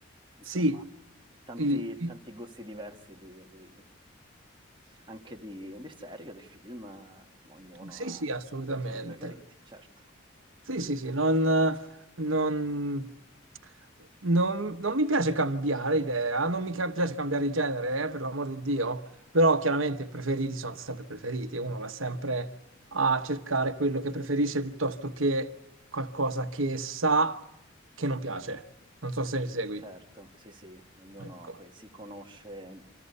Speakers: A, on the right (about 25°); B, on the right (about 85°).
A: insomma,
B: sì,
A: tanti,
B: I- i-
A: tanti gusti diversi di, di- anche di, di serie, o di film, eh, insomma, ognuno
B: sì,
A: ha
B: sì, assolutamente.
A: i suoi preferiti, certo.
B: Sì, sì, sì, non, non- non- non mi piace cambiare idea, non mi ca- piace cambiare genere, eh, per l'amor di Dio, però chiaramente i preferiti sono sempre preferiti, uno va sempre a cercare quello che preferisce piuttosto che qualcosa che sa che non piace. Non so se mi segui.
A: Certo, sì, sì, ognuno
B: Ecco,
A: poi si conosce